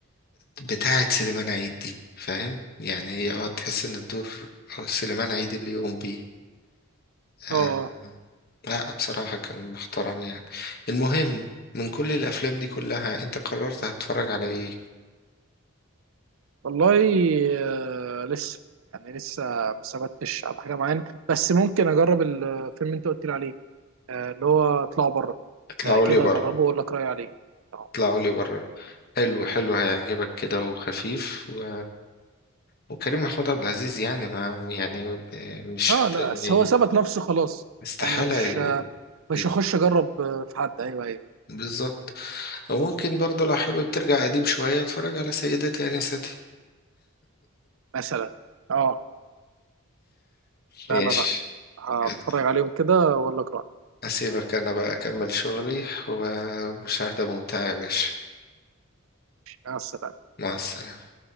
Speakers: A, on the left (about 45°); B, on the right (about 65°).
A: بتاعه سليمان عيد دي فاهم يعني هي اه تحس ان الدور آه، سليمان عيد اللي يقوم بيه آه،
B: اه
A: لا بصراحة كان محترم يعني المهم من كل الأفلام دي كلها أنت قررت هتتفرج على إيه
B: والله آه، لسه يعني لسه ما ثبتش على حاجه معينه بس ممكن اجرب الفيلم اللي انت قلت لي عليه آه، اللي هو اطلعوا بره
A: اطلعوا
B: ده كده
A: لي بره
B: اجربه واقول لك رايي عليه اه
A: اطلعوا لي بره حلو حلو هيعجبك كده وخفيف و... وكريم محمود عبد العزيز يعني ما يعني مش
B: آه،
A: هت...
B: لا
A: يعني
B: بس هو ثبت نفسه خلاص
A: استحالة
B: انا مش مش
A: ي-
B: هخش اجرب آه، في حد ايوه ايوه
A: بالظبط أو ممكن برضه لو حابب ترجع قديم شوية اتفرج على سيداتي أنستي
B: مثلا اه لا
A: ماشي
B: لا لا هتفرج
A: يلا
B: عليهم كده واقول لك رايي
A: أسيبك أنا بقى أكمل شغلي ومشاهدة ممتعة يا باشا
B: مع السلامة
A: مع السلامة